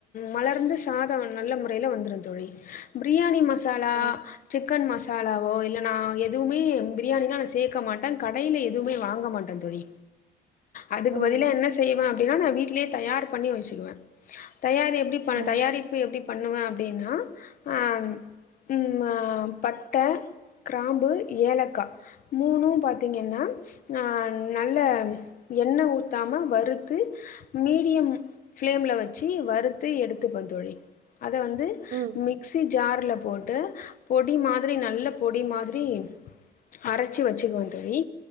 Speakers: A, on the left; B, on the right.
A: மலர்ந்து சாத நல்ல முறைல வந்துரு தோழி பிரியாணி மசாலா
B: ம்,
A: சிக்கன் மசா மசாலாவோ இல்ல நா எதுவுமே பிரியாணில நா சேக்க மாட்ட கடைல எதுவுமே வாங்க மாட்ட தோழி அதுக்கு
B: ம்,
A: பதிலா என்ன செய்வ அப்டின்னா நா வீட்லயே தயார் பண்ணி வச்சுக்குவ தயாரி எப்டி பண்ண
B: ம்,
A: தயாரிப்பு எப்டி பண்ணுவ அப்டின்னா அ ம் பட்டை கிராம்பு ஏலக்கா மூணு பாத்தீங்கன்னா ஆ நல்ல எண்ணெ ஊத்தாம வறுத்து மீடியம் ஃப்ளேம்ல வச்சு வறுத்து எடுத்துப்ப தோழி அத வந்து
B: ம்,
A: மிக்சி ஜார்ல போட்டு பொடி மாதிரி நல்ல பொடி மாதிரி அரச்சி வச்சுக்குவ தோழி